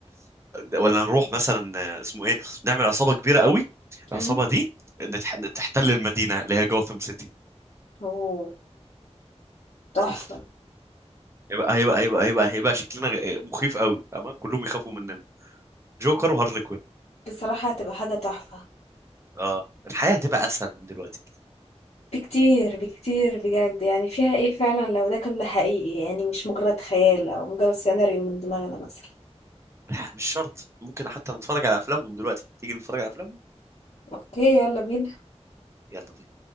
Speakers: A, on the right; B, on the left.
A: ولا نروح مثلا آه، اسمه ايه نعمل عصابه كبيره قوي العصابه
B: أمم.
A: دي نتح... تحتل المدينه اللي هي جوثام سيتي
B: اوه تحفه
A: اوف هيبقى هيبقى هيبقى هيبقى, هيبقى شكلنا غ- مخيف قوي فاهمة كلهم يخافوا مننا جوكر وهارلي كوين
B: بصراحه هتبقى حاجه تحفه
A: اه الحياه هتبقى اسهل من دلوقتي
B: بكتير بكتير بجد يعني فيها ايه فعلا لو ده كله حقيقي يعني مش مجرد خيال او مجرد سيناريو من دماغنا مثلا
A: لا، مش شرط ممكن حتى نتفرج على افلامهم دلوقتي تيجي نتفرج على افلامهم
B: اوكي يلا بينا
A: يلا بينا